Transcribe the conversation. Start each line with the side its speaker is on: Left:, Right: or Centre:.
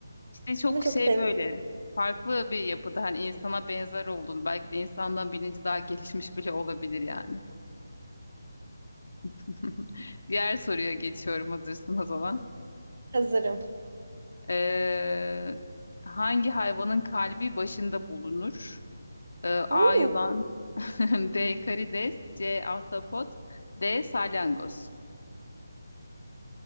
Left: İşte çok
Right: Ama çok
Left: şey
Right: severim.
Left: böyle farklı bir yapıda hani insana benzer olduğunu belki de insandan bilinci daha gelişmiş bile olabilir yani. <laughs> Diğer soruya geçiyorum hazırsanız o zaman.
Right: Hazırım.
Left: Ee, hangi hayvanın kalbi başında bulunur? Ee, A.
Right: Uuu.
Left: Yılan <laughs> B. Karides C. Ahtapot D. Salyangoz.